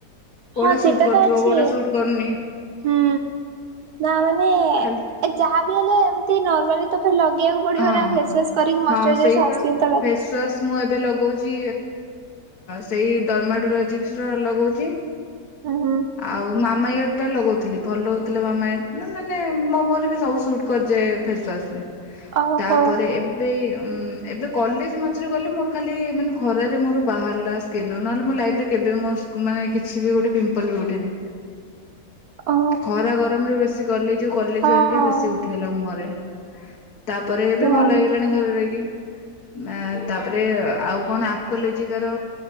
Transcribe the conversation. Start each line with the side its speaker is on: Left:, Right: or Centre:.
Left: କୋଉଟା
Right: ହଁ ସେଟା
Left: ସୁଟ୍ କରୁଥିବ
Right: ତ ଅଛି
Left: କୋଉଟା ସୁଟ୍ କରୁନି
Right: ହୁଁ ନାଁ ମାନେ
Left: ଖାଲି
Right: ଯାହାବି ହେଲେ ଏମିତି ନର୍ମାଲି ତ ଲଗେଇବାକୁ ପଡିବ
Left: ହଁ
Right: ନାଁ ଫେସୱାସ୍ କରିକି ମସ୍କୁରାଇଯାର
Left: ହଁ ସେଇପା
Right: ସନସ୍କ୍ରିନ୍ ତ ଲ
Left: ଫେସୱାସ୍ ମୁଁ ଏବେ ଲଗଉଚି ସେଇ ଡର୍ମାଟୋଲୋଜିକ୍ସ ର ଲଗାଉଚି।
Right: ହୁଁ ହୁଁ।
Left: ଆଉ ମାମା ୟାର ଟା ଲଗଉଥିଲି ଭଲ ହଉଥିଲା ମାମା ନାଁ ମାନେ ମୋମୋରେ ବି ସବୁ ସୁଟ୍। କରିଯାଏ ଫେସୱାସ ବି
Right: ଓହୋ
Left: ତାପରେ ଏ ଏବେ ଏବେ କଲେଜ ମଝିରେ ଗଲେ ମୋର ଖାଲି ମାନେ ଖରାରେ ମୋର ବାହାରିଲା। କିନୁ ନହେଲେ ମୋ ଲାଇଫ୍ ରେ କେବେ ମୋ ମାନେ କିଛି ବି ଗୋଟେ ପିମ୍ପଲ ବି ଉଠିନି।
Right: ଓ
Left: ଖରା ଗରମରେ ବେଶୀ ଗଲେ ଯୋଉ କଲେଜେ
Right: ହଁ
Left: ହେରିକା ବେଶୀ ଉଠିଗଲା ମୁହଁରେ। ତାପରେ ଏବେ
Right: କୁହନି।
Left: ଭଲ ହେଇଗଲାଣି ଘରେ ରହିକି।
Right: <inaudible>
Left: ନା ତାପରେ ଆଉ କଣ ଆକ୍ୱାଲୋଜିକାର